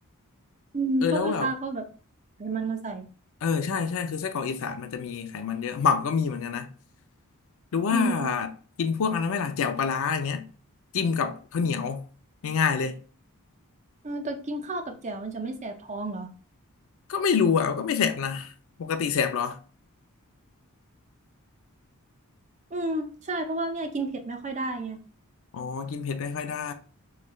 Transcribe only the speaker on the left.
เออแล้วแบบ เออใช่ใช่คือไส้กรอกอีสานมันจะมีไขมันเยอะหม่ำก็มีเหมือนกันนะหรือว่า
กินพวกอันนั้นไหมล่ะแจ่วปลาร้าอย่างเงี้ยจิ้มกับข้าวเหนียวง่ายๆเลย
ก็ไม่รู้อ่ะก็ไม่แสบนะปกติแสบเหรอ
อ๋อกินเผ็ดไม่ค่อยได้